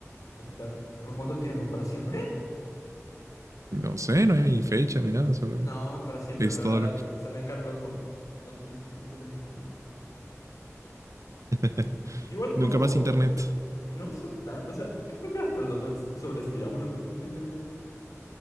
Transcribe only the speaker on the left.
Estar, ¿por cuánto tiempo? ¿Para siempre?
No, para siempre
me va
a dar
algo.
O sea, me va a dejar loco. Entonces, sin tener internet.
Igual
no juego.
No uso tan. O sea, yo creo que las personas sobreestimamos lo que somos internet.